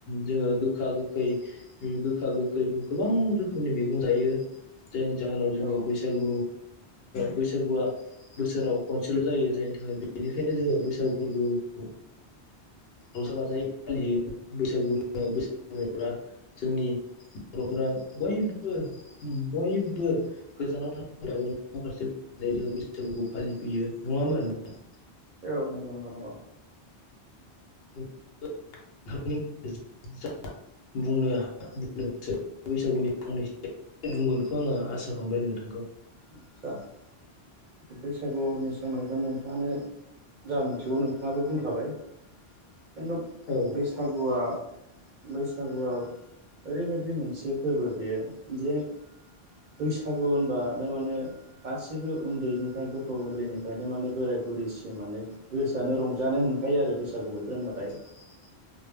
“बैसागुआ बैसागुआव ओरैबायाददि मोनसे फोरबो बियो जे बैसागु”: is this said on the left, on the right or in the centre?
Right